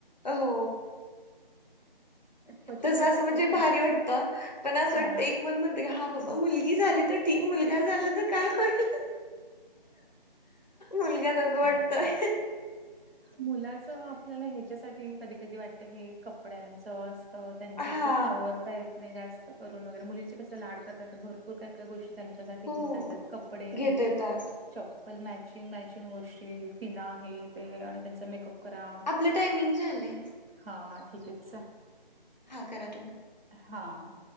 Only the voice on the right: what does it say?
क्वचित
होतात
तसे
अ
मग काय मुलाच आपल्याला ह्याच्यासाठी कधी कधी वाटत की कपड्यांचं अस तर त्यांचच
आवर ता येत नाही जास्त करून वगैरे, मुलींचे कसं लाड करता येतात भर पुर काय काय गोष्टी त्यांच्यासाठी
घेता येतात. कपडे
चप्पल, मॅचिंग मॅचिंग गोष्टी, पिना आहे ते आणि त्यांचा मेकअप करा
हा हा ठीक ये <unintelligible>
हा हा.